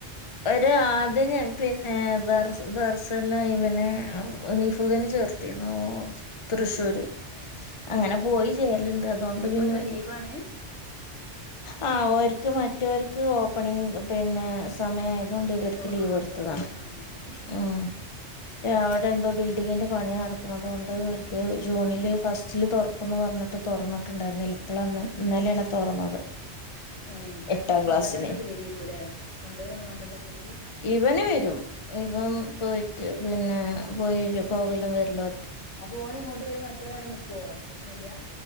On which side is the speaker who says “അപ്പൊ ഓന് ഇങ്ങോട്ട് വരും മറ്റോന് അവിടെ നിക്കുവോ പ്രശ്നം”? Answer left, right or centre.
Left